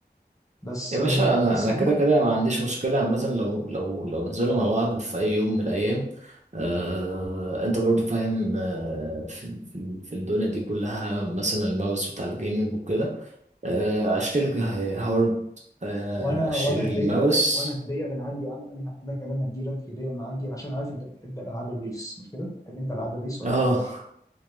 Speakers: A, on the left; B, on the right.
A: بس
B: يا
A: آه،
B: باشا انا
A: بس
B: انا
A: عموما
B: كده كده ما عنديش مشكله عامه لو لو لو نزلنا مع بعض في اي يوم من الايام آه انت برضو فاهم آه في في في الدنيا دي كلها مثلا الماوس بتاع الجيمنج وكده آه اشتري ه- هارد آه
A: وانا
B: اشتري
A: وانا هديه
B: الماوس
A: من وانا هديه من عندي يا عم انا ه- انا كمان هدي لك هديه من عندي عشان عارف انت بتحب الالعاب الريس مش كده؟ بتحب انت العاب الريس ولا
B: اه
A: بتحبهاش؟